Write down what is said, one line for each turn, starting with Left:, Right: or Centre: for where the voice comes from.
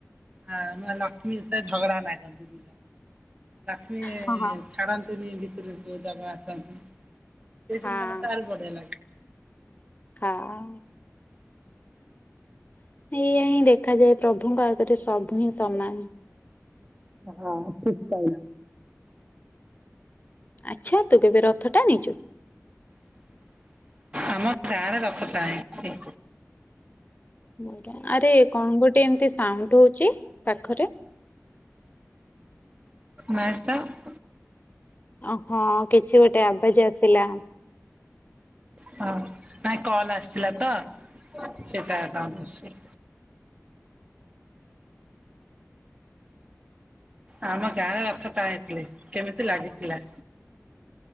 Right: ମା ମା ଲକ୍ଷ୍ମୀ ଯେତେବେଳେ ଝଗଡା ନାଗନ୍ତି। <unintelligible> ଲକ୍ଷ୍ମୀ
Left: ହଁ ହଁ
Right: ଛାଡ଼ନ୍ତିନି ଭିତରକୁ ଜଗନ୍ନାଥଙ୍କୁ। ସେଇ
Left: ହଁ
Right: ସିନ ଟା ମତେ ଆହୁରି ବଢିଆ ଲାଗେ।
Left: ହଁ। ଏଇଆ ହିଁ ଦେଖାଯାଏ ପ୍ରଭୁଙ୍କ ଆଗରେ ସବୁ ହିଁ ସମାନ।
Right: ହଁ ପିକ କାଇଲା।
Left: ଆଚ୍ଛା ତୁ କେବେ ରଥ ଟାଣିଛୁ?
Right: ଆମ ଗାଁରେ ରଥ ଟାଣିଛି।
Left: ଆଜ୍ଞା, ଆରେ କଣ ଗୋଟେ ଏମତି ସାଉଣ୍ଡ ହଉଛି ପାଖରେ?
Right: ନାଇଁ ତ।
Left: ଓହୋ କିଛି ଗୋଟେ ଆବାଜ ଆସିଲା।
Right: ହଁ ନାଇଁ କଲ ଆସିଥିଲା ତ। ସେଟା ସାଉଣ୍ଡ ଆସିଛି। ଆମ ଗାଁରେ ରଥ ଟାଣି ଥିଲେ କେମିତି ଲାଗିଥିଲା?